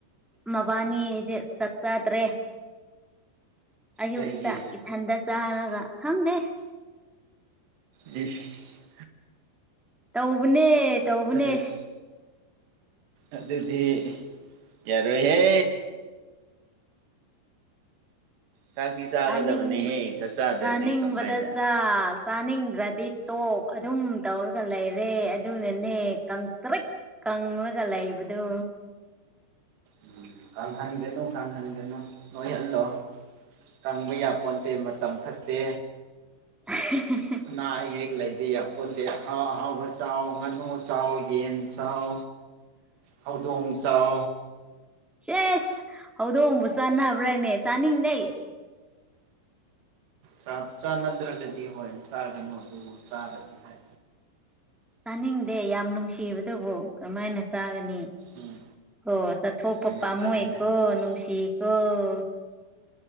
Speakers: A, in the centre; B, on the right (about 70°).
A: ꯃꯕꯥꯅꯤꯗꯤ꯫ ꯆꯥꯛ ꯆꯥꯗ꯭ꯔꯦ ꯑꯌꯨꯛꯇ
B: ꯀꯩꯒꯤ
A: ꯏꯊꯟꯗ ꯆꯥꯔꯒ꯫ ꯈꯪꯗꯦ꯫
B: ꯏꯁ꯫
A: ꯇꯧꯕꯅꯦ꯫ ꯇꯧꯕꯅꯦ
B: ꯑꯗꯨꯗꯤ꯫ ꯑꯗꯨꯗꯤ ꯌꯥꯔꯣꯏꯍꯦ꯫ ꯆꯥꯛꯇꯤ ꯆꯥꯒꯗꯕꯅꯦꯍꯦ
A: ꯆꯥꯅꯤꯡꯕ
B: ꯆꯥꯛ ꯆꯥꯗ꯭ꯔꯗꯤ
A: ꯆꯥꯅꯤꯡꯕꯗ
B: ꯀꯃꯥꯏꯅ
A: ꯆꯥ꯫ ꯆꯥꯅꯤꯡꯗ꯭ꯔꯗꯤ ꯇꯣꯛ ꯑꯗꯨꯝ ꯇꯧꯔꯒ ꯂꯩꯔꯦ ꯑꯗꯨꯅꯅꯦ ꯀꯪꯇ꯭ꯔꯤꯛ꯫ ꯀꯪꯂꯒ ꯂꯩꯕꯗꯣ꯫
B: ꯎꯝ ꯀꯪꯍꯟꯒꯅꯨ ꯀꯪꯍꯟꯒꯅꯨ ꯅꯣꯏꯍꯜꯂꯣ ꯀꯪꯕ ꯌꯥꯄꯣꯟꯇꯦ ꯃꯇꯝ ꯐꯠꯇꯦ
A: <inaudible>
B: ꯑꯅꯥ ꯑꯌꯦꯛ ꯂꯩꯕ ꯌꯥꯄꯣꯟꯇꯦ ꯑꯍꯥꯎ ꯑꯍꯥꯎꯕ ꯆꯥꯎ ꯉꯥꯅꯨ ꯆꯥꯎ ꯌꯦꯟ ꯆꯥꯎ꯫ ꯍꯧꯗꯣꯡ ꯆꯥꯎ
A: ꯆꯁ ꯍꯧꯗꯣꯡꯕꯨ ꯆꯥꯅꯕ꯭ꯔꯥꯅꯦ ꯇꯥꯅꯤꯡꯗꯦ꯫
B: ꯆꯥꯛ ꯆꯥ ꯅꯗ꯭ꯔꯒꯗꯤ ꯍꯣꯏ ꯆꯥꯔꯒꯅꯨ ꯑꯗꯨ ꯆꯥꯔꯗꯤ ꯍꯥꯏ
A: ꯆꯥꯅꯤꯡꯗꯦ ꯌꯥꯝ ꯅꯨꯡꯁꯤꯕꯗꯨꯕꯨ ꯀꯔꯝ ꯃꯥꯏꯅ ꯆꯥꯒꯅꯤ꯫
B: ꯎꯝ
A: ꯀꯣ ꯆꯠꯊꯣꯛꯄ
B: ꯍꯣꯏꯅꯦ
A: ꯄꯥꯝꯃꯨꯏꯀꯣ
B: ꯐꯔꯦꯅꯦ ꯑꯗꯨꯗꯤ
A: ꯅꯨꯡꯁꯤ꯫ ꯑꯣ